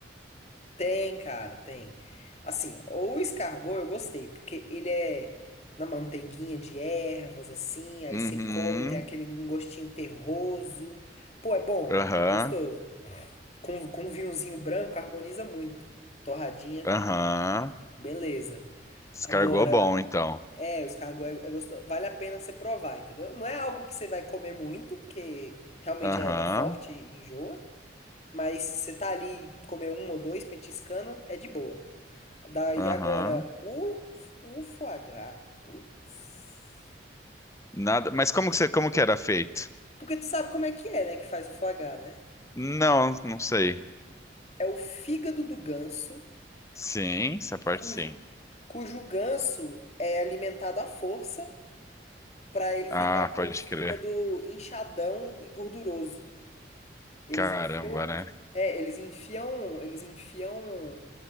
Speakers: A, on the left (about 35°); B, on the left (about 15°).
A: tem, cara, tem. Assim, o escargot eu gostei, porque ele é na manteiguinha de ervas, assim, aí
B: Uhum,
A: você come, tem aquele um gostinho terroso. Pô, é bom,
B: aham,
A: é gostoso. Com, com um vinhozinho branco harmoniza muito. Torradinha,
B: aham.
A: beleza.
B: Escargot
A: Agora,
B: bom, então.
A: É, os cargo é, é gostoso. Vale a pena você provar, entendeu? Não é algo que você vai comer muito, porque realmente
B: Aham,
A: é, é forte e enjoa. Mas você tá ali comer um ou dois petiscando, é de boa. Daí
B: aham.
A: agora, o, o foie gras. Putz.
B: Nada. Mas como que você, como que era feito?
A: Porque tu sabe como é que é, né? Que faz o foie gras, né?
B: Não, não sei.
A: É o fígado do ganso,
B: Sim, essa parte
A: cujo,
B: sim.
A: cujo ganso é alimentado à força para ele
B: Ah,
A: ficar com
B: pode
A: o fígado
B: crer.
A: inchadão e gorduroso. Eles
B: Caramba,
A: enfiam,
B: né?
A: é, eles enfiam, eles enfiam